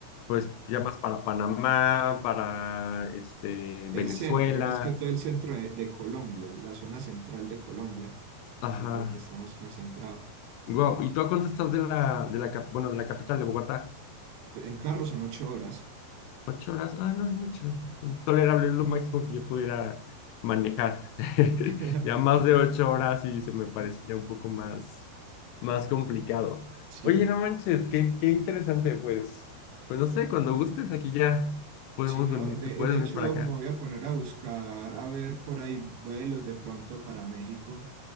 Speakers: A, on the left; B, on the right.
A: pues, ya más para Panamá, para, este, Venezuela,
B: El centro, más que todo el centro de, de Colombia, la zona central de Colombia,
A: ajá.
B: es donde está más concentrado.
A: Wow, ¿y tú a cuánto estás de la, de la, cap- bueno, de la capital de Bogotá?
B: En carro son ocho horas.
A: Ocho horas, ah, no es mucho. Tolerable es lo máximo que yo pudiera manejar. <laughs>
B: <laughs>
A: Ya más de ocho horas y se me parecía un poco más, más complicado.
B: Sí,
A: Oye, no manches, qué, qué interesante, pues. Pues no sé, cuando gustes aquí ya podemos
B: si no,
A: venir,
B: de,
A: te puedes
B: de
A: venir
B: hecho
A: para acá.
B: me voy a poner a buscar, a ver por ahí vuelos de pronto para México.